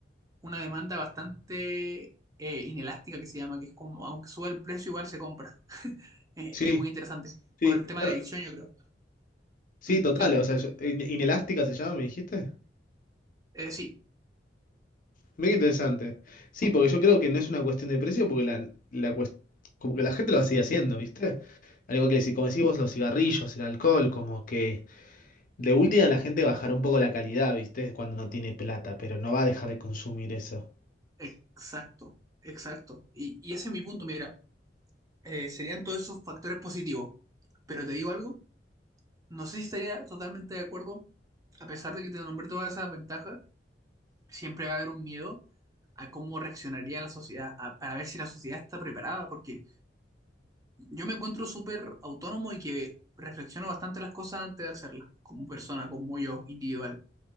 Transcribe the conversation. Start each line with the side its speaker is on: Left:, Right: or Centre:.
Right: una demanda bastante eh, inelástica que se llama, que es como, aunque sube el precio, igual se compra. <laughs> Eh,
Left: Sí,
Right: es muy interesante.
Left: sí,
Right: Por el tema
Left: bueno,
Right: de adicción, yo creo.
Left: sí,
Right: Mm,
Left: total,
Right: dime.
Left: o sea, yo- eh, in- inelástica se llama, me dijiste.
Right: Eh, sí,
Left: Mira interesante. Sí, porque yo creo que no es una cuestión de precio, porque la, la cues- como que la gente lo va a seguir haciendo, ¿viste? Al igual que si, como decís vos, los cigarrillos, el alcohol, como que De última la gente bajará un poco la calidad, ¿viste? Cuando no tiene plata, pero no va a dejar de consumir eso.
Right: exacto, exacto. Y, y ese es mi punto, mira, eh, serían todos esos factores positivos. Pero te digo algo, no sé si estaría totalmente de acuerdo, a pesar de que te nombré todas esas ventajas, siempre va a haber un miedo a cómo reaccionaría la sociedad, a- para ver si la sociedad está preparada, porque Yo me encuentro súper autónomo y que reflexiono bastante las cosas antes de hacerlas, como persona, como yo, individual.